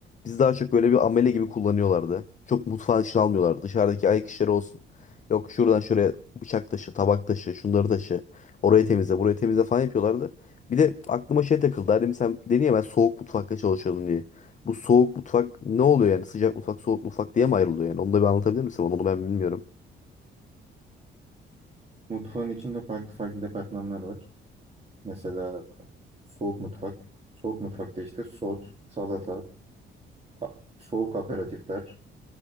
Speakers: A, on the left (about 40°); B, on the right (about 30°).
A: biz daha çok böyle bir amele gibi kullanıyorlardı. Çok mutfağın içine almıyorlardı. Dışarıdaki ayak işleri olsun. Yok şuradan şuraya bıçak taşı, tabak taşı, şunları taşı. Orayı temizle, burayı temizle falan yapıyorlardı. Bir de aklıma şey takıldı. Hani sen dedin ya ben soğuk mutfakta çalışıyordum diye. Bu soğuk mutfak ne oluyor yani? Sıcak mutfak, soğuk mutfak diye mi ayrılıyor yani? Onu da bir anlatabilir misin? bana? Onu ben bilmiyorum.
B: Mutfağın içinde farklı farklı departmanlar var. Mesela soğuk mutfak. Soğuk mutfakta işte sos, salata, a- soğuk aperatifler,